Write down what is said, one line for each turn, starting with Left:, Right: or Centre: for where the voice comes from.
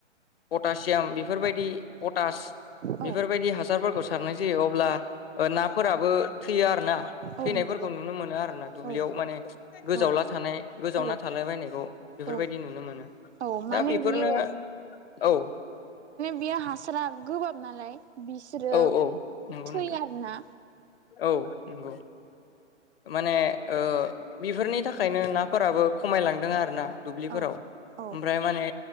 Left: पटासियाम बेफोरबायदि पटास बेफोरबायदि
Right: औ
Left: हासारफोरखौ सारनाय जायो अब्ला नाफोराबो थैयो आरो ना
Right: औ
Left: थैनायफोरखौ
Right: नंगौ
Left: नुनो मोनो आरो ना दुब्लियाव
Right: औ
Left: माने गोजावला
Right: औ
Left: थानाय गोजावना
Right: औ
Left: थालाबायनायखौ बेफोरबायदि
Right: औ
Left: नुनो मोनो
Right: औ माने
Left: दा बेफोरनो
Right: बियो
Left: औ
Right: बे हासारा गोबाब नालाय बिसोरो
Left: औ औ नंगौ
Right: थैयो
Left: नोंथां
Right: आरो ना
Left: औ नंगौ माने बेफोरनि थाखायनो नाफोराबो खमायलांदों आरो ना दुब्लिफोराव
Right: औ औ
Left: ओमफ्राय माने